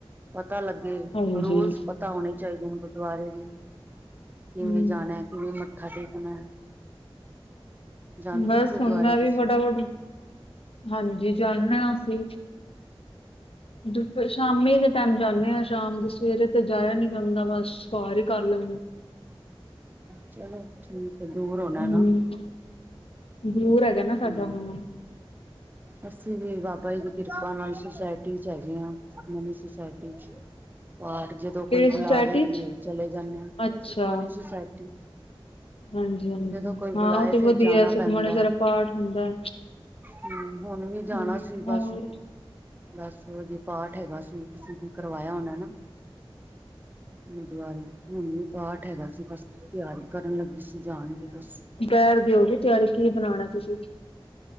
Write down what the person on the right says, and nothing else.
ਪਤਾ ਲੱਗੇ
ਰੋਜ਼ ਪਤਾ ਹੋਣੇ ਚਾਹੀਦੇ ਨੇ ਗੁਰਦੁਆਰੇ ਦੇ
ਕਿਵੇਂ ਜਾਣਾ ਕਿਵੇਂ ਮੱਥਾ ਟੇਕਣਾ ਜਾਂਦੇ
ਹੋ ਗੁਰਦੁਆਰੇ
ਤੁਸੀਂ
ਚਲੋ ਠੀਕ ਐ ਦੂਰ ਹੁਣਾ
ਐ ਨਾ
ਹਮ
ਅਸੀਂ ਵੀ ਬਾਬਾ ਜੀ ਦੀ ਕਿਰਪਾ ਨਾਲ ਸੁਸਾਇਟੀ ਚ ਹੈਗੇ ਹਾਂ ਮਨੀ ਸੁਸਾਇਟੀ ਚ। ਬਾਰ ਜਦੋਂ
ਕੋਈ
ਬੁਲਾਵੇ
ਤੇ ਚਲੇ ਜਾਂਨੇ ਆ
ਸੁਖਮਨੀ ਸੁਸਾਇਟੀ
ਜਦੋਂ ਕੋਈ
ਬੁਲਾਏ
ਫਿਰ
ਜਾਣਾ
ਪੈਂਦਾ
ਹੈ
ਹਮ ਹੁਣ ਵੀ
ਜਾਣਾ ਸੀ
ਬਸ ਦਸ ਵਜੇ ਪਾਠ ਹੈਗਾ ਸੀ ਕਿਸ ਨੇ ਕਰਵਾਇਆ ਹੁੰਣਾ ਐ ਨਾਂ। ਗੁਰਦੁਆਰੇ ਹੁਣ ਵੀ ਪਾਠ ਹੈਗਾ ਸੀ ਬਸ ਤਿਆਰੀ ਕਰਨ ਲੱਗੀ ਸੀ ਜਾਣ ਦੀ ਬਸ